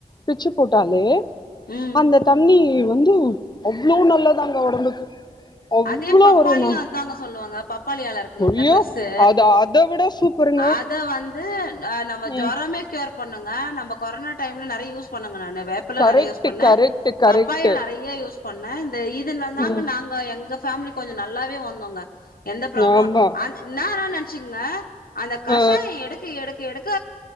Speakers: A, on the left; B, on the left.
A: பிச்சு போட்டாலே
B: ம்
A: அந்த தண்ணி வந்து அவ்ளோ நல்லதாங்க ஒடம்புக்கு அவ்ளோ
B: அதே பப்பாளியு
A: ஒரு ந
B: அதுதாங்க சொல்லுவாங்க பப்பாளி எல இருக்கு இல்லீங்களா
A: ஐயோ
B: பெருசு
A: அது அத விட சூப்பருங்க
B: அத வந்து நா நம்ம
A: ம்
B: ஜோரமேக் கேர் பண்ணுங்க நம்ம கொரோனா டைம்ல நறைய யூஸ் பண்ணுங்க நானு வேப் இப்பெல்லா
A: கரெக்ட்
B: நறைய யூஸ் பண்ண
A: கரெக்ட் கரெக்ட்
B: பப்பாயா நறைய யூஸ் பண்ண இந்த இதுல தாங்க
A: ம்
B: நாங் கா எங்க பேமிலி கொஞ்சோ நல்லாவே வந்தோங்க எந்த ப்ராப்ளோ
A: ஆமா
B: அது நானா நனைச்சிக்கங்க அந்த கஷாயோ
A: ஆ
B: எடுக்க எடுக்க எடுக்க